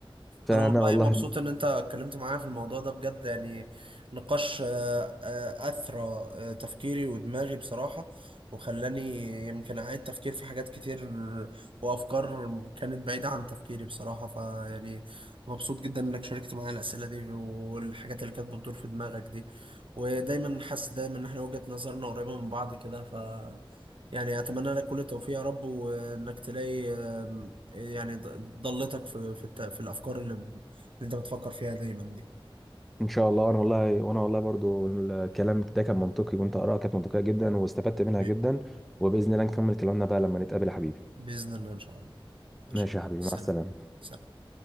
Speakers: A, in the centre; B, on the right (about 65°).
A: فانا
B: انا والله
A: والله
B: مبسوط ان انت اتكلمت معايا في الموضوع ده بجد يعني نقاش آه، آه، اثرى آه، تفكيري ودماغي بصراحة وخلاني يمكن اعيد تفكير في حاجات كتير وافكار كانت بعيدة عن تفكيري بصراحة فيعني مبسوط جدا انك شاركت معايا الاسئلة دي والحاجات اللي كانت بتدور في دماغك دي ودايما حاسس دايما ان احنا وجهة نظرنا قريبة من بعض كده ف يعني اتمنى لك كل التوفيق يا رب وانك تلاقي يعني ض- ضلتك في في الت- في الافكار اللي ب- اللي انت بتفكر فيها دايما دي
A: ان شاء الله انا والله وانا والله برضو الكلام ده كان منطقي وانت اراءك كانت منطقيه جدا واستفدت منها
B: ب-
A: جدا وباذن الله نكمل كلامنا بقى لما نتقابل يا حبيبي
B: باذن الله ان شاء الله ماشي
A: ماشي يا حبيبي
B: سلام
A: مع السلامة
B: سلام